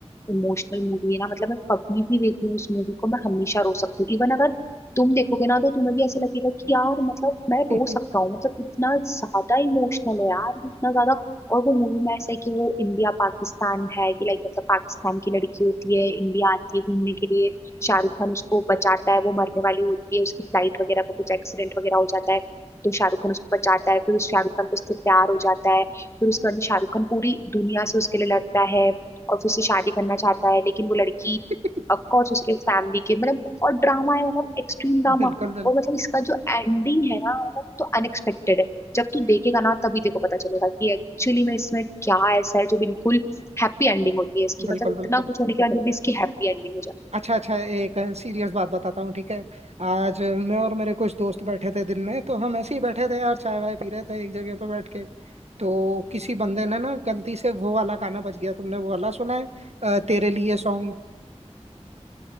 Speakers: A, on the left (about 25°); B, on the right (about 70°).
A: इमोशनल मूवी है ना मतलब मैं कभी भी देख लूँ उस मूवी को मैं हमेशा रो सकती हूँ इवन अगर तुम देखोगे ना तो तुम्हें भी ऐसा लगेगा कि यार मतलब मैं
B: <laughs>
A: रो सकता हूँ मतलब इतना ज्यादा इमोशनल है यार इतना ज्यादा और वो मूवी में ऐसा है कि वो इंडिया पाकिस्तान है कि लाइक मतलब पाकिस्तान की लड़की होती है इंडिया आती है घूमने के लिए शाहरुख खान उसको बचाता है वो मरने वाली होती है उसकी फ्लाइट वगैरह का कुछ एक्सीडेंट वगैरह हो जाता है तो शाहरुख खान उसको बचाता है फिर उस शाहरुख खान को उससे प्यार हो जाता है फिर उसके बाद में शाहरुख खान पूरी दुनिया से उसके लिए लड़ता है और फिर उससे शादी करना चाहता है लेकिन वो लड़की
B: बिल्कुल
A: ऑफकोर्स उसके फैमिली के मतलब और ड्रामा है मतलब एक्सट्रीम ड्रामा
B: बिल्कुल
A: और मतलब इसका जो एंडिंग है ना मतलब तो अनएक्सपेक्टेड है जब तू देखेगा ना तभी तेको पता चलेगा कि एक्चुअली में इसमें क्या ऐसा है जो बिल्कुल हैप्पी एंडिंग होती है इसकी
B: बिल्कुल
A: मतलब
B: बिल्कुल
A: इतना कुछ होने के बाद भी इसकी हैप्पी एंडिंग हो जाती है
B: अच्छा अच्छा एक सीरियस बात बताता हूँ ठीक है आज मैं और मेरे कुछ दोस्त बैठे थे दिन में तो हम ऐसे ही बैठे थे यार चाय वाय पी रहे थे एक जगह पे बैठ के तो किसी बंदे ने ना गलती से वो वाला गाना बज गया तुमने वो वाला सुना है अ, तेरे लिए सॉन्ग